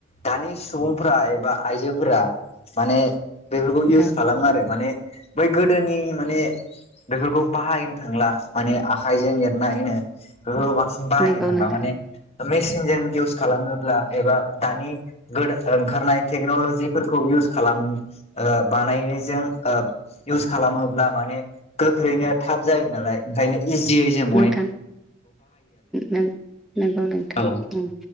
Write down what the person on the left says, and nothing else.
दानि सुबुंफ्रा एबा आइजोफोरा माने बेफोरखौ इउस
खालामो आरो माने बै गोदोनि माने बेफोरखौ बाहायनो थांला माने आखाइजों ए लायनो बेफोरखौ बांसिन बाहायनो
थांला
माने ओ मेसिनजों इउस खालामनोब्ला एबा दानि गोदा ओंखारनाय टेक्नलजिफोरखौ इउ इउस खालाम ओ बानायनायजों ओ इउस खालामोब्ला माने गोख्रैनो थाब जायो नालाय ओंखायनो इजियै जों बनाय
औ